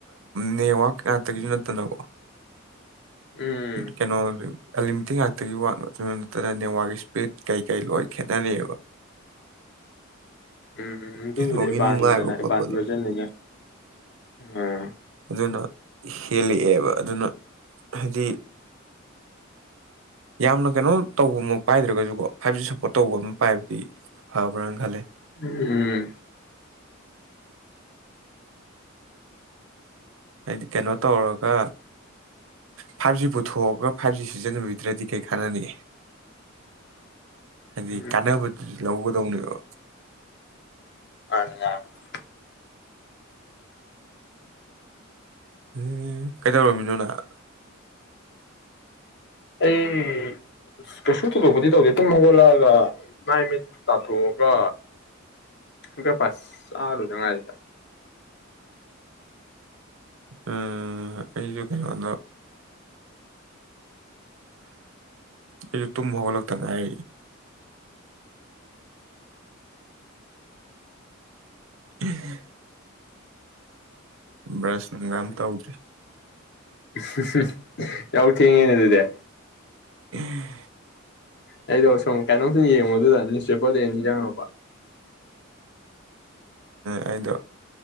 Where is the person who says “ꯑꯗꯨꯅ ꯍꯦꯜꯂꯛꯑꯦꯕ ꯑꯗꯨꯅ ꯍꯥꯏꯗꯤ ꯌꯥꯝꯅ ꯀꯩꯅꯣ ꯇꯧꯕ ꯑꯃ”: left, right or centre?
Right